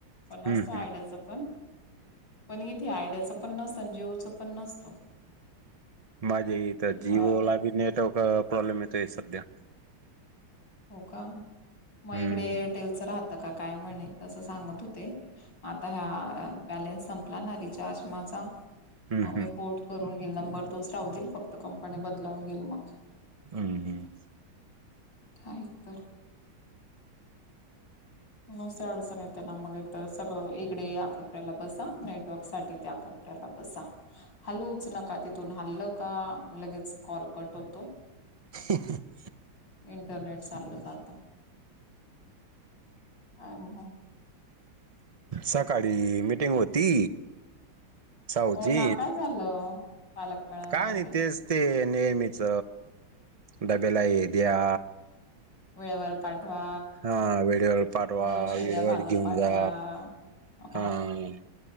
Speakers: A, on the left; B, on the right.
A: पण
B: हम्म
A: असतं आयडियाचं
B: हम्म
A: पण पण इथे आयड्याचं पण नसतं जीओचं पण नसतं
B: माझ्या इथ जि
A: मग
B: ओला बी नेटवर्क प्रॉब्लेम येतोय सध्या
A: हो का मग
B: हम्म
A: इकडे एरटेलच राहतं का काय म्हणे तसं सांगत होते. आता हा बॅलेन्स संपला ना रिचार्ज माझा
B: हम्म
A: मग मी पोर्ट करून घेल नंबर तोच राहतील फक्त कंपनी बदलावून घेईल मग
B: हम् हम
A: काय तर नुसती अडचण येते ना मग एक तर सगळं इकडे याकू <unintelligible> ऱ्याला बसा नेटवर्क साठी त्या कोपऱ्याला बसा हालूच नका तिथून हालं का लगेच कॉल कट होतो.
B: हं हं <inaudible>
A: इंटरनेट चाललं जातं काय मं
B: सकाळी मीटिंग होती साऊची
A: हो ना काय झालं? पालक मेळाव्यामध्ये
B: काय नाही तेच ते नेहमीच डब्याला हे द्या.
A: वेळेवर पाठवा.
B: हा वेळेवर पाठवा
A: दोन शेंड्या
B: वेळेवर
A: भाजून
B: घेऊन
A: पाठवा
B: जा
A: अ
B: हा